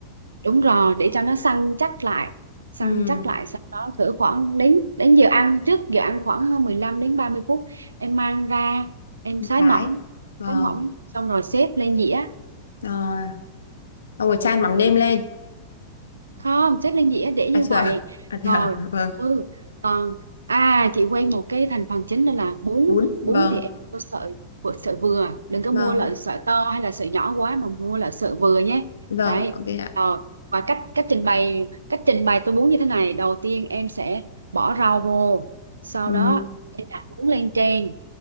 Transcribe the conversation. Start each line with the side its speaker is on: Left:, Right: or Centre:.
Right: đúng rồi để cho nó săn chắc lại săn
Left: Ừ,
Right: chắc lại sau đó cỡ khoảng đến đến giờ ăn trước giờ ăn khoảng 15 đến 30 phút em mang ra em sái
Left: thái.
Right: mỏng
Left: Vâng,
Right: sái mỏng xong rồi xếp lên dĩa
Left: rồi, xong rồi chan mắm nêm lên.
Right: không chất lên dĩa để như
Left: À chưa,
Right: vậy
Left: <laughs> à chưa,
Right: rồi
Left: vâng,
Right: ừ còn à chị quên một cái thành phần chính đó là bún
Left: bún, vâng,
Right: bún thì em mua sợi của sợi vừa đừng có
Left: vâng,
Right: mua loại sợi to hay là sợi nhỏ quá mà mua loại sợi vừa nhé
Left: vâng,
Right: đấy
Left: ok ạ.
Right: rồi và cách cách trình bày cách trình bày tô bún như thế này đầu tiên em sẽ bỏ rau vô sau
Left: Ừ.
Right: đó em đặt bún lên trên